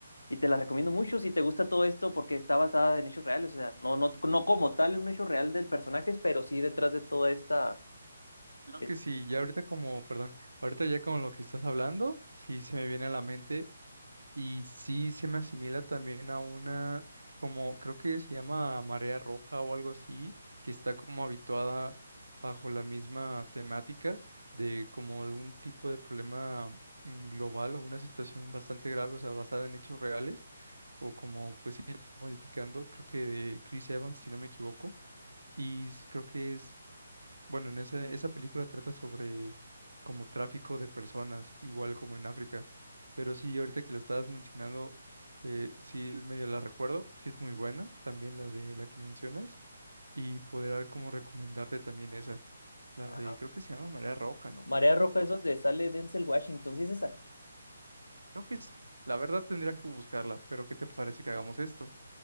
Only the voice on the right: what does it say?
Creo
que sí, ya ahorita como, perdón, ahorita ya con lo que estás hablando, sí se me viene a la mente Y sí se me asimila también a una, como creo que se llama marea roja o algo así, que está como habituada bajo la misma temática de como algún tipo de problema mm, global o una situación bastante grave, o sea, basada en hechos reales, o como pues sí, modificando, creo que de Chris Evans, si no me equivoco, y s- creo que es bueno, en ese, esa película trata sobre como tráfico de personas, igual como en África. Pero sí, ahorita que lo estabas mencionando, eh, sí medio la recuerdo, sí es muy buena, también la de la que mencionas, y podrá como recomendarte también esa, la
de,
creo que se llama Marea Roja, no,
no no
me acuerdo.
Creo que sí. La verdad tendría que buscarla, pero ¿qué te parece que hagamos esto?